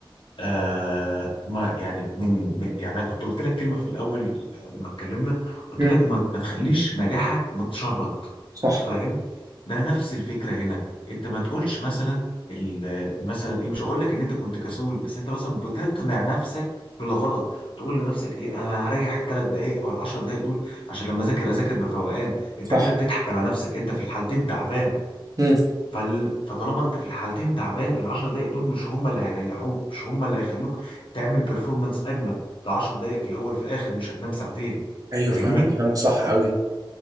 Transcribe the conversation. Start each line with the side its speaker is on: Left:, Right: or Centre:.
Left: آه ما يعني من من- يعني انا كنت قلت لك كلمه في الاول لما اتكلمنا قلت
Right: امم
Left: لك ما, ما تخليش نجاحك متشرط
Right: صح
Left: فاهم ده نفس الفكره هنا انت ما تقولش مثلا ال- مثلا ايه مش هقول لك ان انت كنت كسول بس انت مثلا بتقنع نفسك بالغلط تقول لنفسك ايه انا هريح الثلاث دقائق او العشر دقائق دول عشان لما اذاكر اذاكر بفوقان انت
Right: صح
Left: كده بتضحك على نفسك انت في الحالتين تعبان
Right: امم
Left: فال... فطالما انت في الحالتين تعبان العشر دقايق دول مش هم اللي هيريحوك مش هم اللي هيخلوك تعمل بيرفورمانس اجمد ده عشر دقايق في الاول وفي الاخر مش هتنام ساعتين
Right: ايوه
Left: فاهمني
Right: فعلا كلامك صح قوي